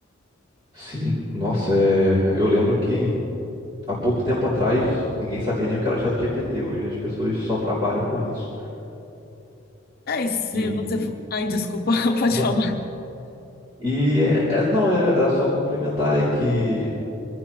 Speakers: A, on the right (about 25°); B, on the left (about 50°).
A: Sim, nossa, é, eu lembro que há pouco tempo atrás ninguém sabia nem o que era ChatGPT. Hoje as pessoas só trabalham com isso.
B: É, e se
A: E
B: você. for- Ai, desculpa, <laughs> pode
A: não.
B: falar.
A: E é, é- não, é- era só complementar aí que